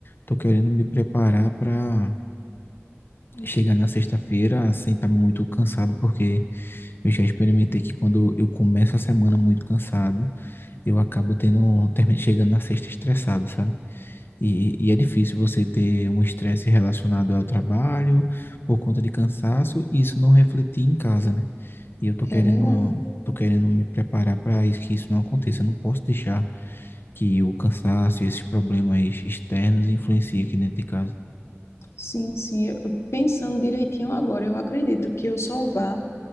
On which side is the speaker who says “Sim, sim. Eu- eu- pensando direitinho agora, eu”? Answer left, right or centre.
Left